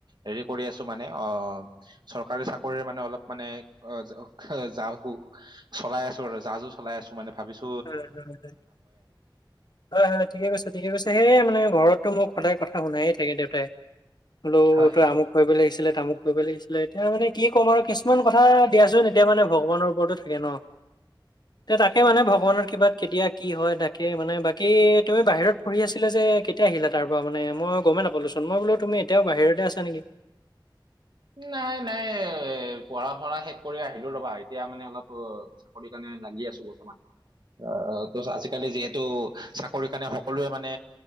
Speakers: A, on the right; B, on the left.
A: হেৰি কৰি আছোঁ মানে অ', চৰকাৰী চাকৰিৰ মানে অলপ মানে অ', জা চলাই আছোঁ আৰু জা জো চলাই আছো মানে ভাবিছোঁ।
B: উম, উম। হয় হয় ঠিকে কৈছে, ঠিকে কৈছে, সেই মানে ঘৰতটো মোক সদায় কথা শুনায়ে থাকে দেউতাই। হল'
A: হয়
B: ত আমু কৰিব লাগিছিলে তামুক কৰিব লাগিছিলে এতিয়া মানে কি ক'ম আৰু কিছুমান কথা দিয়াচোন এতিয়া মানে ভগৱানৰ ওপৰতো থাকে ন।
A: <inaudible>
B: তে তাকে মানে ভ ভগৱানৰ কৃপাত কেতিয়া কি হয় ডাকে মানে বাকী তুমি বাহিৰত পঢ়ি আছিলা যে এতিয়া আহিলা তাৰ পৰা মানে মই গ'মেই নাপালোঁচোন মই বোলো তুমি এয়া বাহিৰতে আছ নেকি?
A: নাই, নাই এ পঢ়া শু়া শেষ কৰি আহিলো ৰ'বা এতিয়া মানে অলপ চাকৰি কাৰণে লাগি আছো বৰ্তমান। আহ তো আজিকালি যিহেতু চাকৰি কাৰণে সকলোৱে মানে